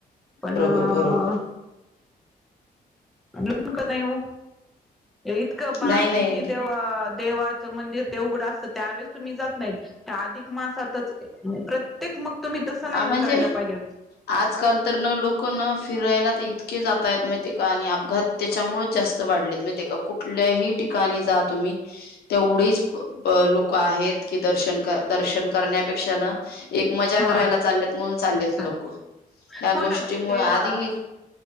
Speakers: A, in the centre; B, on the left.
A: पण अ
B: बरोबर बरोबर
A: जरा पण कळत नाही ओ, इतकं बार
B: नाही नाही
A: महिने देवात देवाचं मंदिर ते उघड असतं, त्यावेेळेस तुम्ही जात नाहीत त्या अधिक मासातच प्र प्रत्येक मग तुम्ही तसं नाही
B: आ म्हणजे
A: ना करायला पाहिजे.
B: आजकाल तर न लोक न फिरायला तर इतके जातायत, माहिते का आणि अपघात त्याच्यामुळेच जास्त त वाढलेत माहितए का? कुठल्याही ठिकाणी जा तुम्ही तेवढीच लोक आहेत, की दर्शन कर दर्शन करण्यापेक्षा न एक म
A: हा
B: करायला चाललेत, म्हणून चाललेत
A: चालेल
B: लोक या
A: हो
B: गोष्टीमुळे
A: ना मग ते देवा
B: आधी